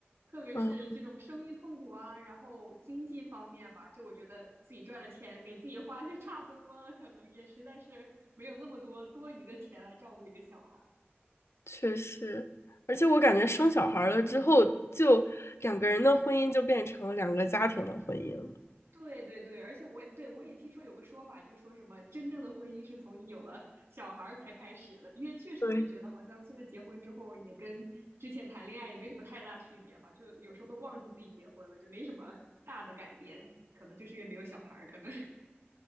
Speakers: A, on the right (about 85°); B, on the left (about 85°).
A: 特别是这种生育痛苦啊，
B: 嗯，
A: 然后经济方面吧，就我觉得自己赚的钱给自己花就差不多了，可能也实在是没有那么多多余的钱来照顾一个小孩
B: 确实，而且我感觉生小孩儿了之后，就两个人的婚姻就变成两个家庭的婚姻了。
A: 对对对，而且我也对我也听说有个说法，就说什么真正的婚姻是从你有了小孩才开始的，因为确实我也觉得好像现在结婚之后也跟之前谈恋爱也没什么太大区别吧，
B: 对
A: 就有时候都忘记自己结婚了，就没什么大的改变，可能就是因为没有小孩可能